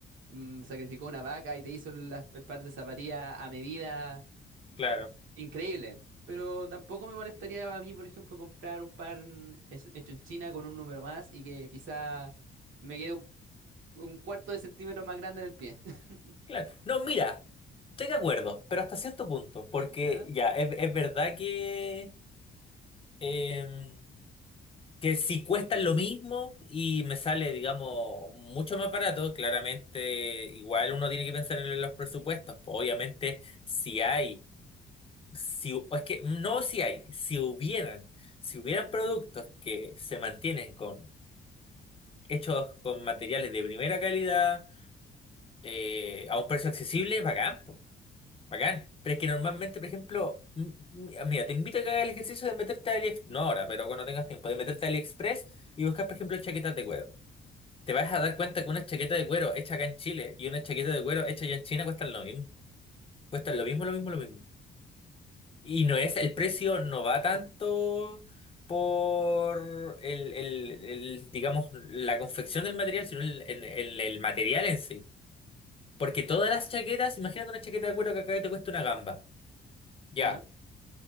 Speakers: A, on the right (about 80°); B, on the left (about 30°).
A: mm, sacrificó una vaca y te hizo las el par de zapatillas a medida,
B: claro.
A: increíble. Pero tampoco me molestaría a mí, por ejemplo, comprar un par mm, es- hecho en China con un número más y que quizá me quede un, un cuarto de centímetro más grande en el pie. <laughs>
B: Claro. No, mira, estoy de acuerdo, pero hasta cierto punto, porque
A: ¿Ya?
B: ya, es, es verdad que, eh, que si cuesta lo mismo y me sale, digamos, mucho más barato, claramente igual uno tiene que pensar en los presupuestos. Pues, obviamente, si hay, si, es que no si hay, si hubieran, si hubieran productos que se mantienen con hechos con materiales de primera calidad eh, a un precio accesible, bacán, pues. Bacán. Pero es que normalmente, por ejemplo, m- m- ah, mira, te invito a que hagas el ejercicio de meterte a AliExpress, no ahora, pero cuando tengas tiempo, de meterte a AliExpress y buscar, por ejemplo, chaquetas de cuero. Te vas a dar cuenta que una chaqueta de cuero hecha acá en Chile y una chaqueta de cuero hecha allá en China cuestan lo mismo. Cuestan lo mismo, lo mismo, lo mismo. Y no es, el precio no va tanto por el, el- el, digamos, la confección del material, sino el, el el- el material en sí. Porque todas las chaquetas, imagínate una chaqueta de cuero que acá te cuesta una gamba. Ya.
A: ¿Ya?